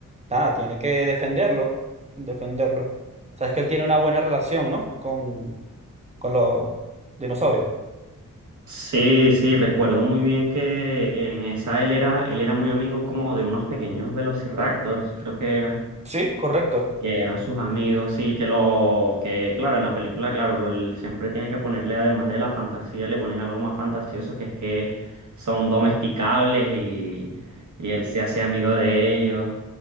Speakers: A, on the right; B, on the right.
A: nada, tiene que defenderlo. Defenderlo. Sabes que él tiene una buena relación, ¿no? Con, con los dinosaurios.
B: Sí, sí, recuerdo muy bien que en esa él era, él era muy amigo como de unos pequeños velociraptors, creo que era
A: Sí, correcto.
B: que eran sus amigos, sí, que lo, que claro, en la película, claro, lo- siempre tienen que ponerle, además de la fantasía, le ponen algo más fantasioso, que es que son domesticables y, y él se hace amigo de ellos,